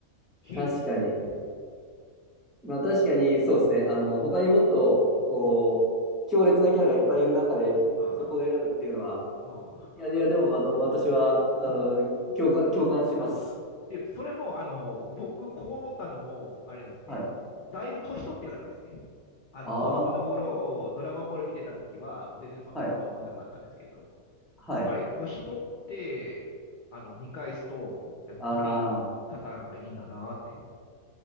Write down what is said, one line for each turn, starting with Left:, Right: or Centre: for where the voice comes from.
Left: ヒーローですよって。
Centre: 確かに。まあ確かにそうですね。あの、他にもっと、こう、
Left: うん。
Centre: 強烈なキャラがいっぱいいる中で、
Left: あ
Centre: そこを選ぶっていうのは、
Left: あ、ああ。
Centre: いや、いや、でも、あの、私は、あの、
Left: うん
Centre: 共感、共感します。
Left: で、それも、あの、僕、こう思ったのも、あれなんですね。
Centre: はい。
Left: だいぶ年取ってからですね。あの、
Centre: ああ、
Left: 子供の頃、
Centre: は
Left: ドラゴンボール見てた時は、もう全然そんなこと思わなかったんですけど、
Centre: い。はい。
Left: やっぱり年取って、あの、見返すと、やっぱり、
Centre: ああ、
Left: サタンがいいんだなって。